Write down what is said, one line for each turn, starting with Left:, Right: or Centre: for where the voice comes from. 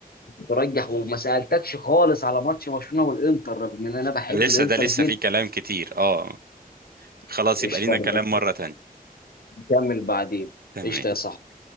Left: ترجح وما سألتكش خالص على ماتش برشلونة والانتر رغم ان انا بحب
Right: لسه
Left: الانتر
Right: ده لسه
Left: جدا
Right: فيه كلام كتير اه خلاص
Left: قشطة
Right: يبقى لينا كلام
Left: نبقى
Right: مرة تانية
Left: نكمل بعدين
Right: تمام
Left: قشطة يا صاحبي